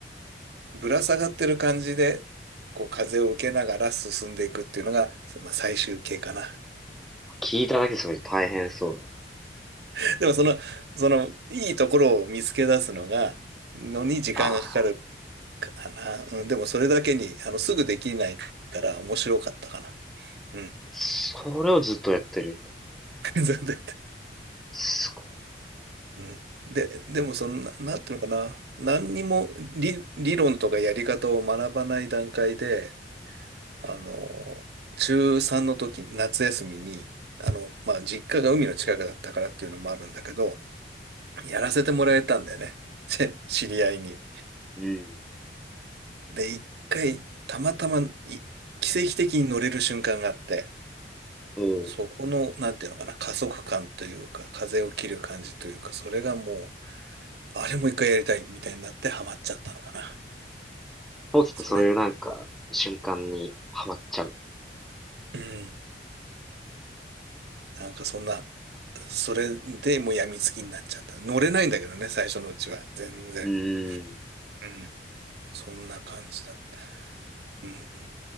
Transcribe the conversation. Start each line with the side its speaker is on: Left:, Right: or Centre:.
Right: ぶら下がってる感じで、こう風を受けながら進んでいくっていうのが、まあ、最終形かな。
Centre: 聞いただけそれ大変そう
Right: <laughs> でもその、その、いいところを見つけ出すのが、のに時間がかかる
Centre: だ。ああ。
Right: かな。うん、でもそれだけに、あの、すぐできないから面白かったかな。うん。
Centre: それをずっとやってるんだ。
Right: <laughs> 全然。
Centre: すご
Right: うん。で、でもそんな、なんていうのかな。何にも理、理論とかやり方を学ばない段階で、あの、中3の時、夏休みに、あの、まあ、実家が海の近くだったからっていうのもあるんだけど、やらせてもらえたんだよね。<laughs> 知り合いに。
Centre: い。うん。
Right: で、一回、たまたまい、奇跡的に乗れる瞬間があって、
Centre: うん。
Right: そこの、なんていうのかな、加速感というか、風を切る感じというか、それがもう、あれも一回やりたいみたいになってハマっちゃったのかな。
Centre: スポーツってそういうなんか、
Right: それ、
Centre: 瞬間にハマっちゃう。
Right: うん。なんかそんな、それでもう病みつきになっちゃった。乗れないんだけどね、最初のうちは。全然。
Centre: うん。
Right: うん。そんな感じだった。うん。